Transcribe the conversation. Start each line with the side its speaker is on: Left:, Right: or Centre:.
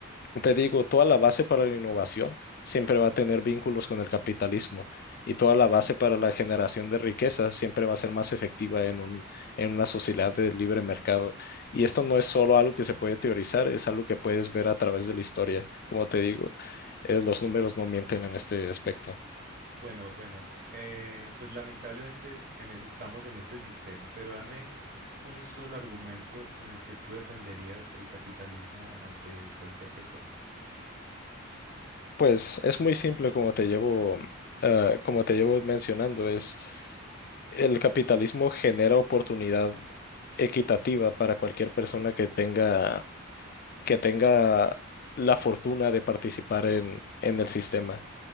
Left: te digo, toda la base para la innovación siempre va a tener vínculos con el capitalismo y toda la base para la generación de riqueza siempre va a ser más efectiva en un, en una sociedad de libre mercado. Y esto no es solo algo que se puede teorizar, es algo que puedes ver a través de la historia. Como te digo, eh, los números no mienten en este aspecto.
Right: Bueno, bueno, eh, pues lamentablemente en ese estamos en este sistema, pero dame un solo argumento con el que tú defenderías el capitalismo ante cualquier persona.
Left: Pues es muy simple como te llevo, eh, como te llevo mencionando, es el capitalismo genera oportunidad equitativa para cualquier persona que tenga que tenga la fortuna de participar en, en el sistema.